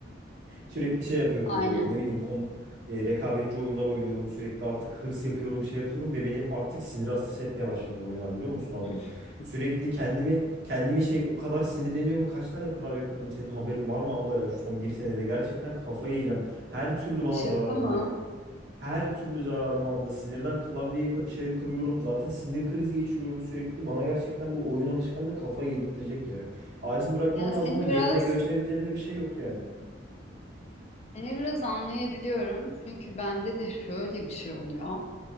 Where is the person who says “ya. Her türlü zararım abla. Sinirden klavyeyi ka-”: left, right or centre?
Right